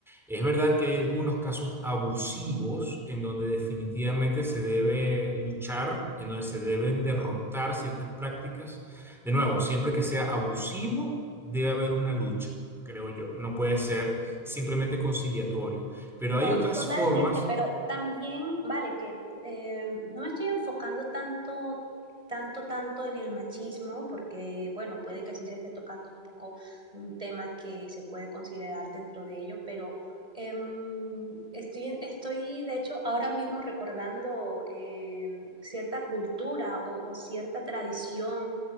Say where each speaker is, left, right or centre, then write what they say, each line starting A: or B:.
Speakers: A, in the centre; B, on the right.
A: Es verdad que hay algunos casos abusivos en donde definitivamente se debe luchar, en donde se deben derrotar ciertas prácticas. De nuevo, siempre que sea abusivo, debe haber una lucha creo yo. No puede ser simplemente conciliatorio. Pero hay
B: To-
A: otras
B: Totalmente,
A: formas.
B: pero también, vale, que eh, no me estoy enfocando tanto, tanto, tanto en el machismo, porque, bueno, puede que sí se esté tocando un poco un tema que se puede considerar dentro de ello, pero em, estoy, estoy, de hecho, ahora mismo recordando em, cierta cultura o, o cierta tradición